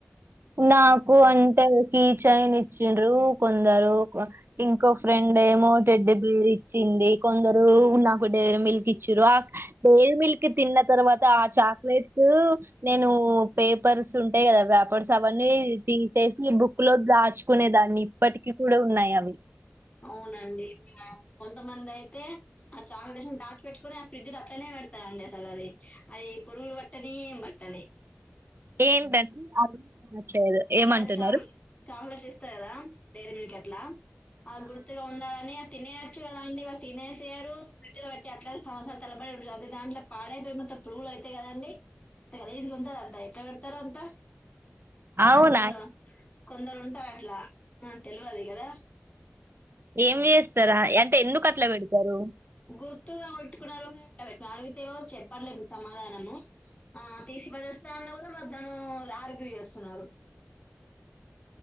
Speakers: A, on the right; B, on the left.
A: నాకు అంటే కీ చైన్ ఇచ్చండ్రు కొందరు ఇంకో ఫ్రెండ్ ఏమో టెడ్డి బేర్ ఇచ్చింది కొందరు నాకు దగ్గర మళ్ కిచ్చరు ఆ పేర్ మిల్క్ తిన్న తర్వాత ఆ చాక్లెట్స్ నేను పేపర్స్ ఉంటాయి కదా పేపర్స్ అవన్నీ తీసేసి బుక్ లో దాచు కునే దాన్ని ఇప్పటికీ కూడా ఉన్నాయి అవి
B: అవునండి కొంతమంది అయితే ఆ చాకటేషన్ దాచి పెట్టుకొని ఆ ఫ్రిడ్జిల అట్లనే పెడత రూ అండి సలది అది పరుగు వట్టని ఏమ్ బట్టణి
A: ఏంటండి అది వినిపించట్లేదు ఏమంటున్నారు.
B: ఇట్లా చాక్ చాక్లెట్ ఇస్త కదా డైరీ మిల్క్ ఎట్లా ఆ గుర్తుగా ఉండాలని తినేయచ్చు కదా అండి తినేసేయరు ఫ్రిడ్జ్ లో బట్టి అట్లా సంవత్సరాల తరబడి దాంట్లో పాడైపోయి మొత్తము పురుగులు అవుతయిదండి గలీజ్ గా ఉంటది ఎట్ల త అంతా కద
A: అవునా
B: అండి కొందరు కొందరు ఉంటారు అట్లా నాకు తెలువది కదా
A: ఏం చేస్తారా అంటే ఎందుకు అట్లా పెడతారు
B: గుర్తుగా కొట్టుకున్నారో అడిగితే ఏమో చెప్పత్లే సమాధానము ఆ తీసిపడేస్తా అన్న కూడాద్దను ఆర్గ్యూ చేస్తున్నారు.